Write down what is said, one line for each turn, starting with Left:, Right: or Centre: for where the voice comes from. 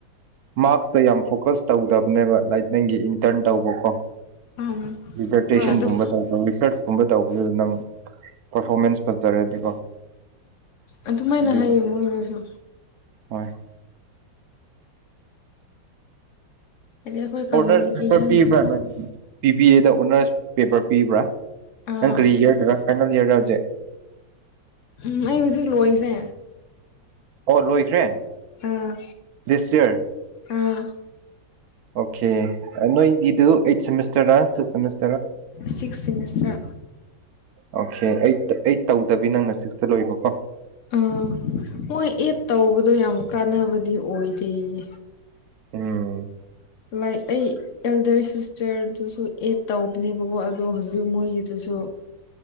Right: ꯃꯥꯔꯛꯁꯇ ꯌꯥꯝ ꯐꯣꯀꯁ ꯇꯧꯗꯕꯅꯦꯕ ꯂꯥꯏꯠ ꯅꯪꯒꯤ ꯏꯟꯇꯔꯟ ꯇꯧꯕꯀꯣ
Left: ꯎꯝ
Right: ꯗꯤꯖꯔꯇꯦꯁꯟꯒꯨꯝꯕ
Left: ꯍꯣꯏ ꯑꯗꯨꯝ
Right: ꯇꯧꯕ ꯔꯤꯁꯔꯁꯀꯨꯝꯕ ꯇꯧꯕꯗꯨꯗ ꯅꯪ ꯄꯔꯐꯣꯔꯃꯦꯟꯁ ꯐꯖꯔꯗꯤꯀꯣ
Left: ꯑꯗꯨꯃꯥꯏꯅ
Right: ꯑꯗꯨꯗꯣ
Left: ꯍꯥꯏꯌꯦ ꯃꯣꯏꯅꯁꯨ
Right: ꯍꯣꯏ
Left: ꯍꯥꯏꯗꯤ ꯑꯩꯈꯣꯏ
Right: ꯑꯣꯅꯔꯁ
Left: ꯀꯝꯃ꯭ꯌꯨꯅꯤꯀꯦꯁꯟꯁ
Right: ꯄꯦꯄꯔ ꯄꯤꯕ꯭ꯔꯥ ꯅꯪ ꯕꯤꯕꯤꯌꯦ ꯗ ꯑꯣꯅꯔꯁ ꯄꯦꯄꯔ ꯄꯤꯕ꯭ꯔꯥ
Left: ꯑꯥ
Right: ꯅꯪ ꯀꯔꯤ ꯏꯔꯗꯔꯥ ꯐꯥꯏꯅꯦꯜ ꯏꯌꯔꯔ ꯍꯧꯖꯤꯛ
Left: ꯎꯝ ꯑꯩ ꯍꯧꯖꯤꯛ ꯂꯣꯏꯔꯦ
Right: ꯑꯣ ꯂꯣꯏꯈ꯭ꯔꯦ
Left: ꯑꯥ
Right: ꯗꯤꯁ ꯏꯌꯥꯔ
Left: ꯑꯥ
Right: ꯑꯣꯀꯦ ꯅꯣꯏꯒꯤꯗꯨ ꯑꯥꯏꯠ ꯁꯦꯝꯃꯤꯁꯇꯔꯔ ꯁꯤꯛꯁ ꯁꯦꯃꯤꯁ
Left: six semester
Right: okay eight eight ꯇꯧꯗꯕꯤ ꯅꯪꯅ ꯁꯤꯛꯁꯇ ꯂꯣꯏꯕꯀꯣ
Left: ꯑꯥ ꯃꯣꯏ ꯑꯦꯠ ꯇꯧꯕꯗꯣ ꯌꯥꯝ ꯀꯥꯟꯅꯕꯗꯤ ꯑꯣꯏꯗꯦꯌꯦ
Right: ꯎꯝ
Left: ꯂꯥꯏ ꯑꯩ ꯑꯦꯜꯗꯔ ꯁꯤꯁꯇꯔꯗꯨꯁꯨ ꯑꯦꯠ ꯇꯧꯕꯅꯦꯕꯀꯣ ꯑꯗꯣ ꯍꯧꯖꯤꯛ ꯃꯣꯏꯒꯤꯗꯨꯁꯨ